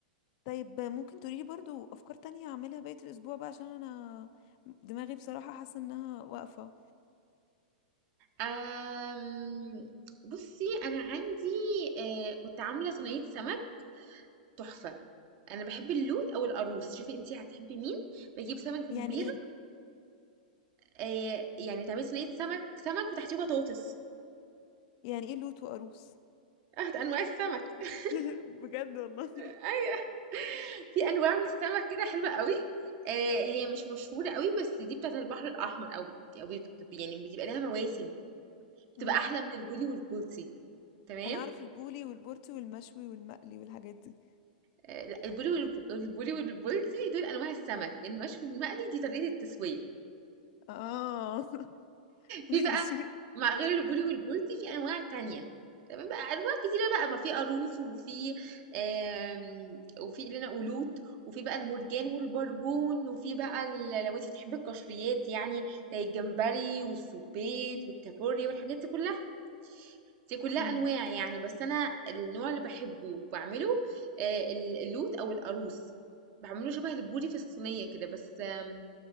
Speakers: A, on the left (about 50°); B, on the right (about 40°).
A: طيب ممكن تقوليلي برضو افكار تانية اعملها بقية الاسبوع بقى عشان انا دماغي بصراحة حاسة انها واقفة
B: أم... بصي انا عندي آه كنت عامله صينيه سمك تحفة انا بحب اللوت او القاروص شوفي انتي هتحبي مين بجيب سمكة
A: يعني
B: كبيرة
A: ايه
B: آه يعني تعملي صينية سمك سمك وتحتيه بطاطس
A: يعني ايه لوت وقاروص
B: <laughs> اه ده انواع السمك <laughs>
A: <laughs> بجد والله
B: ايوه في انواع من السمك كده حلوة قوي آه هي مش مشهورة قوي بس دي بتاعت البحر الاحمر او او بت- يعني بيبقى لها مواسم بتبقى
A: امم
B: احلى من البولي والبولتي تمام
A: انا اعرف البولي والبورتي والمشوي والمقلي والحاجات دي
B: آه لا البولي والب- البولي والبولتي دول انواع السمك المشوي المقلي دي طريقة التسوية
A: اه <laughs> ماشي
B: في بقى مع غير البولي والبولتي في انواع تانية تمام بقى انواع كتيره بقى ما في قاروص وفي آم، وفي اللي انا قلوت وفي بقى المرجان والبربون وفي بقى ال- لو انت بتحبي القشريات يعني زي الجمبري والسبيط والكابوريا والحاجات دي كلها دي كلها
A: امم
B: انواع يعني بس انا النوع اللي بحبه وبعمله آه، ال- اللوت او القاروص بعمله شبه البوري في الصينيه كده بس آم،